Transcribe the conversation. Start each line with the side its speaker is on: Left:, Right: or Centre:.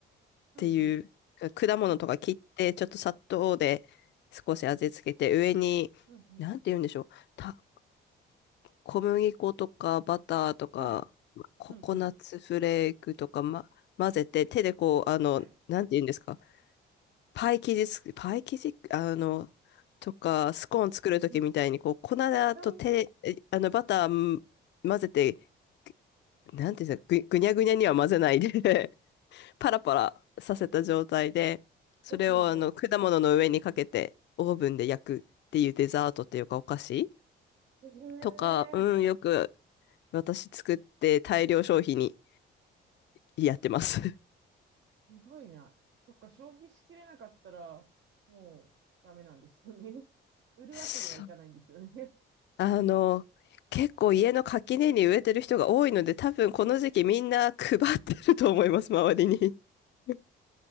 Right: うんうん。
Left: ていう、果物とか切って、
Right: はい。
Left: ちょっと砂糖で少し味付けて、
Right: うん、
Left: 上に、
Right: うん、うん。
Left: なんて言うんでしょう。た、小麦粉とかバターとか、
Right: はい。
Left: まココナッツフレークとか、
Right: うん、うん。
Left: ま、混ぜて、手でこう、あの、
Right: はい。
Left: なんて言うんですか。パイ生地つく、パイ生地、あの、とか、スコーン作るときみたいに、
Right: うん。
Left: こう、粉と手、
Right: はい。
Left: えあの、バターん混ぜて、なんていうんですか、ぐ、ぐにゃぐにゃには混ぜないでパラパラさせた状態で、それをあの果物の上にかけてオーブンで焼くっていうデザートっていうかお菓子
Right: ほうほう。へえ、
Left: とか、うん、よく私作って大量消費にやってます。
Right: すごいな。そっか、消費しきれなかったら、もう、ダメなんですよね。<laughs>
Left: <laughs>
Right: 売るわけにはいかないんですよね。
Left: そあの、結構家の垣根に植えてる人が多いので、多分この時期みんな配ってると思います、周りに。<laughs>